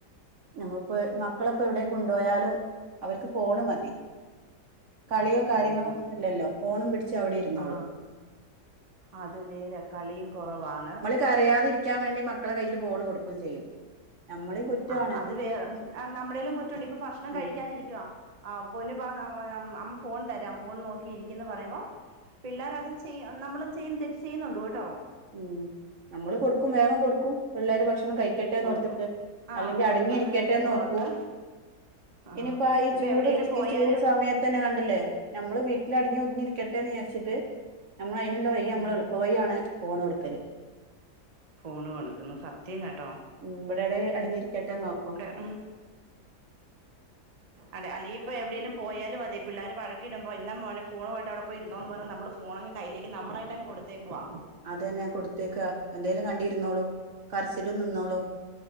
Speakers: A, on the right; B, on the right.
A: നമ്മപ്പേ മക്കള് പ്പവ്ടെ കൊണ്ടോയാലും അവർക്ക് ഫോണ് മതി കളിയോ
B: ആ
A: കാര്യങ്ങളോ
B: ഫോൺ മതി
A: ഒന്നും ല്ലല്ലോ ഫോണും പിടിച്ചഅവിടെ ഇരിന്നോളും
B: ആ അത് നേരാ കളിയും കൊറവാണ്
A: കരയാതിരിക്യാൻ വേണ്ടി മക്കളെ കയ്യിൽ പോൺ കൊടുകും ചെയ്യും നമ്മളീ കുറ്റമാണ്
B: ആ അത് വേ നമ്മുടെലും കുറ്റൊണ്ട് ഇപ്പൊ ഫക്ഷണം കഴിക്കാതി
A: ഉം
B: ഇരിക്ക് വാ ആ പൊന്ന് പാ നമ് <unintelligible> അമ്മ ഫോൺ തരാം ഫോൺ നോക്കിയിരിക്കീന്ന് പറീയമ്പോ പിള്ളോരതും ചെയ്യും നമ്മളും ചെയ്യും തെറ്റ് ചെയ്യുന്നുണ്ട് ട്ടോ
A: മ് നമ്മള് കൊടുക്കും വേഗം കൊടുക്കും പിള്ളേര് ഭക്ഷണം കഴിക്കട്ടെന്നോർത്തിട്ട്
B: കൊടുക്കും ആ
A: അല്ലങ്കിഅടങ്ങി
B: പിള്ളേർ ഭക്ഷണം
A: ഇരിക്കട്ടെന്നോർക്കൂ
B: കഴിക്കട്ടെന്ന് ഓർത്ത് ആ
A: ഇനിപ്പോ ഈ
B: ഇപ്പം
A: ചൂട്
B: എവിടെലും പോയാലും
A: ഈ ചൂട് സമയ തന്നെ കണ്ടില്ലേ നമ്മള് വീട്ടിൽ അടങ്ങി ഒതുങ്ങിരിക്കട്ടെന്ന്ജാരിച്ചിട്ട് നമ്മളയിന് ലെ വയി
B: ഉം
A: മ്മളെളുപ്പയിയാണ് ഫോണൊടുക്കല്
B: ഫോണ് കൊടുക്ക്ന്ന സത്യം ങട്ടോ
A: മ് ബെടെടെ അടിഞ്ഞിരിക്കട്ടെന്നൊർക്കും
B: ആ അടെ അല്ലെങ്കിപ്പോ എവിടേലും പോയാലും അതെ പിള്ളേര് വഴക്കിടുമ്പോ എന്നാ മോനെ ഫോണുവായിട്ടവിടെ പോയിരുന്നോന്ന് പറഞ്ഞ നമ്മള് പൊണങ് കയ്യിലേക്ക് നമ്മളായിട്ടങ് കൊടുത്തേക്കുവാ
A: അതെന്നെ കൊടുത്തേക്ക എന്തേലും കണ്ടിരുന്നോളും കലച്ചിലും നിന്നോളും